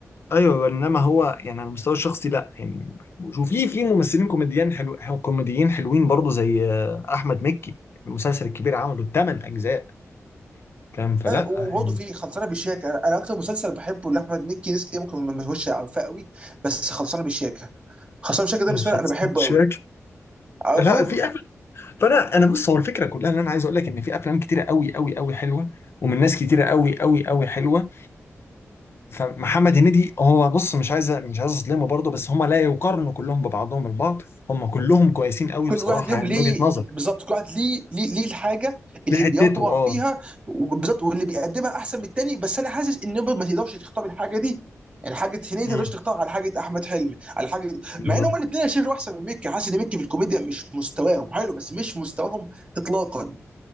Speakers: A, on the left (about 50°); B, on the right (about 20°).
A: ايوه انما هو يعني على المستوى الشخصي لا يعني وفي في ممثلين كوميديان حلو حلو- كوميديين حلوين برضه زي آه، احمد مكي المسلسل الكبير عمله ثمان اجزاء فاهم فلا
B: وبرضه
A: يعني
B: في خلصانه بالشياكه انا أنا اكتر مسلسل بحبه لاحمد مكي ناس كتير ممكن ما يهوش عارفاه قوي بس خلصانه بالشياكه خلصانه بالشياكه ده
A: إيه،
B: بالنسبه
A: خلصان
B: لي انا بحبه
A: مش
B: قوي
A: فاكر
B: عارفه
A: لا في أفلام فانا انا بص هو الفكره كلها ان انا عايز اقول لك ان في افلام كتيره قوي قوي قوي حلوه ومن ناس كتيره قوي قوي قوي حلوه فمحمد هنيدي هو بص مش عايز مش عايز اظلمه برضه بس هم لا يقارنوا كلهم ببعضهم البعض هم كلهم كويسين قوي
B: كل
A: بصراحه
B: واحد ليهم
A: يعني
B: ليه
A: من وجهه نظر
B: بالظبط كل واحد ليه ليه ليه الحاجه اللي
A: لحتته
B: بيطبع
A: اه
B: فيها بالظبط واللي بيقدمها احسن من التاني بس انا حاسس ان برضه ما تقدرش تختار الحاجه دي يعني حاجه هنيدي ما
A: امم
B: تقدرش تختار على حاجه احمد حلمي على حاجه
A: بالظبط
B: مع ان هما الاثنين انا شايف احسن من مكي حاسس ان مكي في الكوميديا مش مستواهم حلو بس مش مستواهم اطلاقا